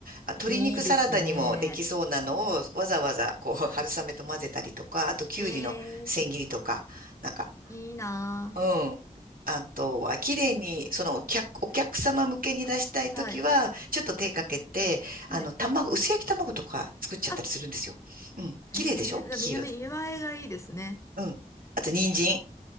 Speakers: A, on the right; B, on the left.
A: あ、鶏肉サラダにもできそうなのを、
B: いいですね。
A: わざわざ、こう、春雨と混ぜたりとか、あときゅうりの千切りとか、
B: ええ、
A: なんか、
B: いいな
A: うん。あとは、綺麗に、そのお客、お客様向けに出したいときは、
B: あ。はい。
A: ちょっと手かけて、あの、
B: はい
A: 卵、薄焼き卵とか作っちゃったりするんですよ。
B: あ、
A: うん。
B: へえ、
A: 綺麗でしょ黄色で。
B: でも見見栄えがいいですね。
A: うん。あと、人参。